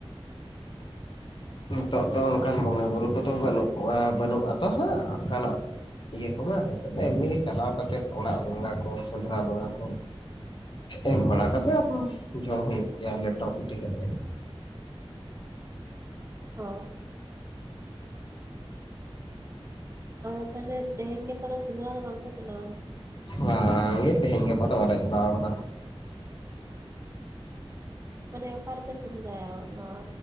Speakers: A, on the left; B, on the right.
A: ᱱᱤᱛᱚᱜ ᱫᱚ ᱚᱱᱠᱟᱱ ᱵᱚᱸᱜᱟᱼᱵᱩᱨᱩ ᱠᱚᱫᱚ ᱵᱟᱹᱱᱩᱜ ᱠᱚᱣᱟ, ᱵᱟᱹᱱᱩᱜ ᱟᱛᱚ ᱦᱟᱸᱜ ᱚᱱᱠᱟᱱᱟᱜ᱾ ᱤᱭᱟᱹ ᱠᱚᱢᱟ ᱦᱤᱛᱚᱜ ᱫᱚ ᱮᱢᱱᱤ ᱜᱮ ᱪᱟᱞᱟᱣ ᱠᱟᱛᱮᱫ, ᱚᱲᱟᱜ ᱵᱚᱸᱜᱟ ᱠᱚ ᱥᱮᱸᱫᱽᱨᱟ ᱵᱚᱸᱜᱟ ᱠᱚ ᱮᱢ ᱵᱟᱲᱟ ᱠᱟᱛᱮᱫ ᱟᱫᱚ ᱡᱚᱢ ᱦᱳᱭᱳᱜ ᱜᱮᱭᱟ ᱞᱮᱴᱚ ᱯᱤᱴᱷᱟᱹ ᱠᱟᱛᱮᱫ ᱾
B: ᱚᱻ᱾ ᱚ ᱛᱟᱦᱚᱞᱮ ᱛᱮᱦᱮᱧ ᱜᱟᱯᱟ ᱫᱚ ᱥᱮᱸᱫᱽᱨᱟ ᱫᱚ ᱵᱟᱝ ᱯᱮ ᱪᱟᱞᱟᱣ
A: ᱵᱟᱝ ᱜᱮ, ᱛᱮᱦᱮᱧ ᱜᱟᱯᱟ ᱫᱚ ᱵᱟᱝ ᱞᱮ ᱪᱟᱞᱟᱣ ᱟᱠᱟᱱᱟ᱾
B: ᱢᱟᱱᱮ ᱚᱠᱟ ᱨᱮᱯᱮ ᱥᱮᱸᱫᱽᱨᱟᱭᱟ? ᱱᱚᱣᱟ